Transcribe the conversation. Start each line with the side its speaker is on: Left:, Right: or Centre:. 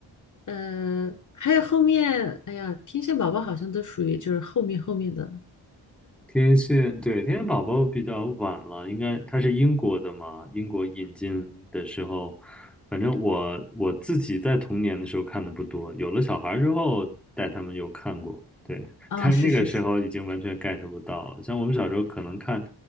Left: 呃，还有后面，哎呀，天线宝宝好像都属于就是后面后面的
Centre: 天线，对，天线宝宝比较晚了，应该它是英国的嘛？英国引进的时候，反正我我自己在童年的时候看的不多，有了小孩之后带他们有看过，对，
Left: 啊，
Centre: 但是那个时候已经完全
Left: 是是是，
Centre: get 不到了。像我们小时候可能看，